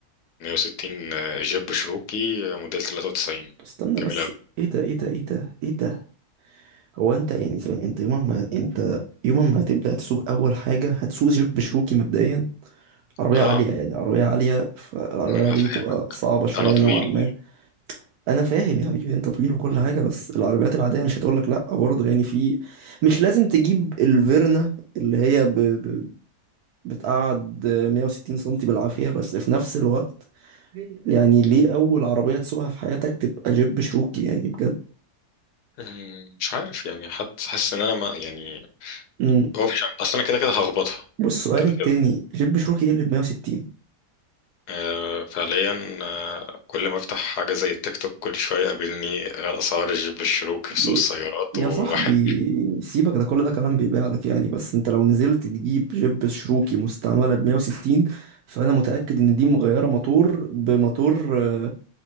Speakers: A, on the left (about 80°); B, on the right (about 75°).
A: 160 آه، جيب شروكي آه، موديل 93
B: استنى
A: جميل
B: بس
A: أوي.
B: ايه ده ايه ده ايه ده ايه ده هو انت يعني ثواني، انت يوم ما انت يوم ما هتبدأ تسوق اول حاجة هتسوق جيب بشروكي مبدئيا عربية
A: اه
B: عالية يعني عربية عالية فالعربية
A: ما
B: العالية
A: فهمك
B: دي تبقى صعبة شوية
A: انا طويل
B: نوعا ما أنا فاهم يا حبيبي أنت طويل وكل حاجة بس العربيات العادية مش هتقولك لأ برضه يعني في مش لازم تجيب الفيرنا اللي هي ب... ب... بتقعد 160 سنتي بالعافية بس في نفس الوقت يعني ليه أول عربية تسوقها في حياتك تبقى جيب شروكي يعني بجد
A: مم، مش عارف يعني حد حاسس ان انا ما يعني
B: امم
A: اوبشن اصل انا كده كده هخبطها
B: والسؤال
A: كده
B: التاني جيب شروكي ايه اللي ب 160
A: آه، فعليا آه، كل ما افتح حاجة زي التيك توك كل شوية يقابلني آه، أسعار الجيب الشروكي في سوق
B: ي-
A: السيارات
B: يا
A: وواحد
B: صاحبي سيبك ده كل ده كلام بيبيع لك يعني بس انت لو نزلت تجيب جيب شروكي مستعملة ب 160 فأنا متأكد إن دي مغيرة موتور بموتور آه،